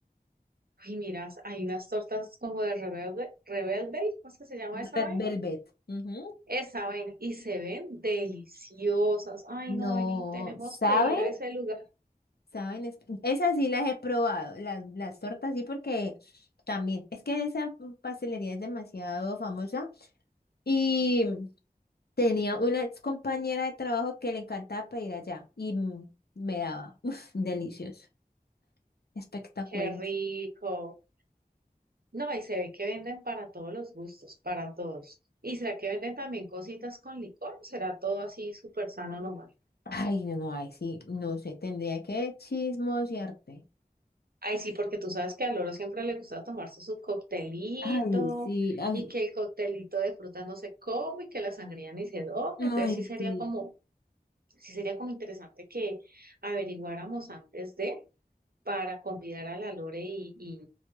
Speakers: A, on the right; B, on the left.
A: Ay, miras, hay unas tortas como de rebelde, rebelde, ¿cómo es que se llama esa
B: Red
A: vaina?
B: Velvet. Ujú.
A: Esa vaina. Y se ven deliciosas. Ay,
B: No,
A: no, vení, tenemos
B: ¿saben?
A: que ir a ese lugar.
B: ¿Saben? Es- Esas sí las he probado, las, las tortas sí, porque también, es que esa pastelería es demasiado famosa y tenía una ex compañera de trabajo que le encantaba pedir allá y mm, me daba, uf, delicioso, espectacular.
A: Qué rico. No, y se ve que venden para todos los gustos, para todos. ¿Y será que venden también cositas con licor? ¿Será todo así súper sano nomás?
B: Ay, no, no, ay, sí, no sé, tendría que chismosearte.
A: Ay, sí, porque tú sabes que al loro siempre le gusta tomarse su coctelito
B: Ay, sí. Ay,
A: y que el coctelito de fruta no se come y que la sangría ni se toma. Entonces
B: ay,
A: sí sería
B: sí.
A: como sí sería como interesante que averiguáramos antes de para convidar a la Lore y, y,